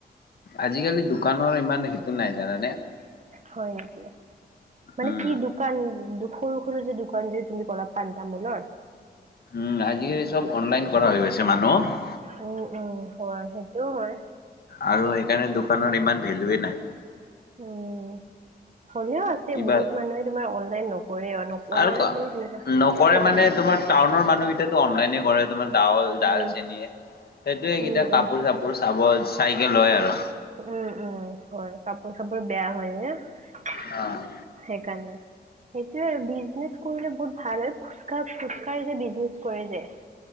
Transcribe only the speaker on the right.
হয় নেকি? মানে
কি দুক্ দোকান। সৰু সৰু যে দোকান যে তুমি ক'লা, পাণ তামোলৰ।
উম, উম হয় সেইটোও হয়।
উম, হ'লেও আ ছে
বহুত মানুহে তোমাৰ অনলাইন নকৰে। নক
অনলাইনত
মানে সেনেকুৱা
পোৱা
নাযায়।
উম
উম উম
উম, উম, হয়, কাপোৰ চাপোৰ বেয়া হয়, নে?
সেইকাৰণে। সেইটোয়ে আৰু বিজনেচ কৰিলে বহুত ভাল হয়, ফুচকাৰ, ফুচকাৰ যে বিজনেচ কৰে যে!